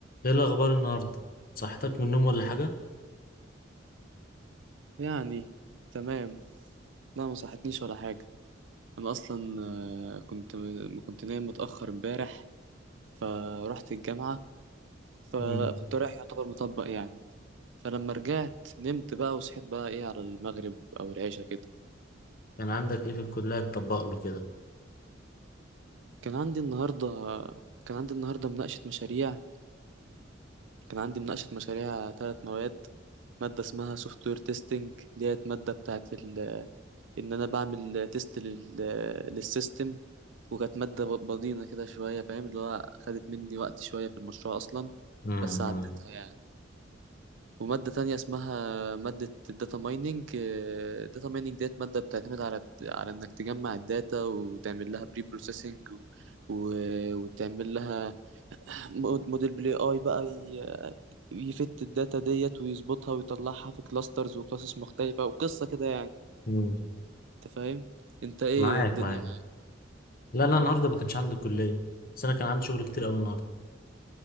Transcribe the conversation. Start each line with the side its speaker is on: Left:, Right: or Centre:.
Left: ايه الاخبار النهارده صحتك من النوم ولا حاجه
Right: يعني تمام لا ما صحتنيش ولا حاجة أنا أصلا آه، كنت ما كنت نايم متأخر امبارح فرحت الجامعة فكنت
Left: امم
Right: رايح يعتبر مطبق يعني فلما رجعت نمت بقى وصحيت بقى إيه على المغرب أو العشاء كده
Left: كان عندك ايه في الكليه تطبق له كده
Right: كان عندي النهاردة كان عندي النهاردة مناقشة مشاريع كان عندي مناقشة مشاريع ثلاث مواد مادة اسمها سوفت وير تيستنج ديت مادة بتاعت ان انا بعمل تيست لل... للسيستم وكانت مادة بضينة كده شوية فاهم اللي هو خدت مني وقت شوية في المشروع اصلا
Left: امم
Right: بس عديتها يعني ومادة تانية اسمها مادة الداتا مايننج الداتا مايننج ديت مادة بتعتمد على على انك تجمع الداتا وتعمل لها بري بروسيسنج و... و... وتعمل لها مود- موديل بلاي اي بقى ي- يفت الداتا ديت ويظبطها ويطلعها في كلاسترز وكلاسز مختلفة وقصة كده يعني
Left: امم
Right: انت فاهم انت ايه
Left: معاك
Right: الدنيا
Left: معاك لا لا النهارده ما كانش عندي كليه بس انا كان عندي شغل كتير قوي النهارده